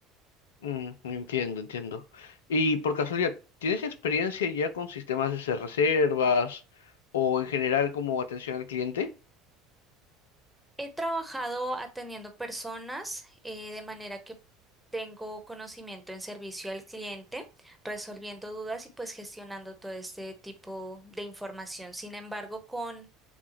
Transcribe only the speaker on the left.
Mm, entiendo, entiendo. Y por casualidad, ¿tienes experiencia ya con sistemas de hacer reservas o en general como atención al cliente?